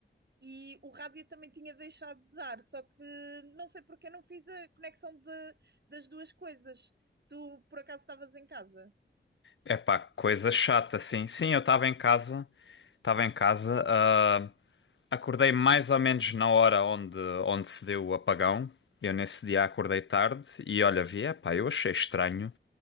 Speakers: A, on the right; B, on the left.
A: e o rádio também tinha deixado de dar, só que não sei porque eu não fiz a conexão de- das duas coisas. Tu por acaso estavas em casa?
B: É pá, coisa chata, sim. Sim, eu estava em casa, estava em casa, ah, acordei mais ou menos na hora onde, onde se deu o apagão. Eu nesse dia acordei tarde e olha, vi, é pá, eu achei estranho